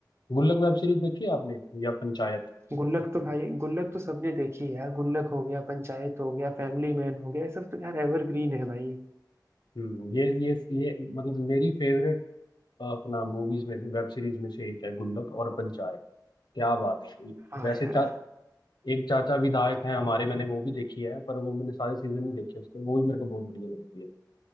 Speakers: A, on the left (about 75°); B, on the right (about 35°).
A: गुल्लक वेब सीरीज देखी है आपने या पंचायत
B: गुल्लक तो भाई गुल्लक तो सबने देखी है यार गुल्लक हो गया पंचायत हो गया फैमिली मैन हो गया ये सब तो यार एवरग्रीन है भाई
A: हम्म ये ये ये मतलब मेरी फेवरेट अपना मूवीज में से वेब सीरीज में से एक है गुल्लक और पंचायत क्या बात है
B: हाँ
A: वैसे
B: यार
A: चा, एक चाचा विधायक हैं हमारे मैंने वो भी देखी है पर वो मैंने सारे सीजन नहीं देखे उसके वो भी मेरे को बहुत बढ़िया लगती है